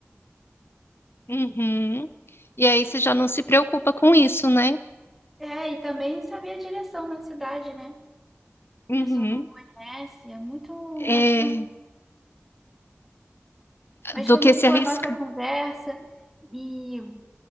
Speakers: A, on the left; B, in the centre.
A: Uhum. E aí você já não se preocupa com isso, né?
B: É, e também saber a direção na cidade, né?
A: Uhum.
B: a pessoa não conhece, é muito
A: É,
B: mais tranquilo. Mas
A: do
B: foi
A: que
B: muito
A: se
B: boa
A: arriscar.
B: a nossa conversa. E